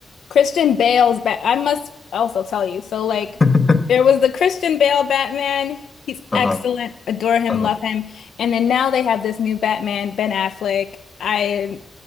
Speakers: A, on the left (about 80°); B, on the left (about 25°).
A: Christian Bale's Bat. I must also tell you. So, like,
B: <laughs>
A: there was the Christian Bale Batman. He's
B: Uh-huh.
A: excellent. Adore him,
B: Uh-huh.
A: love him. And then now they have this new Batman, Ben Affleck. I,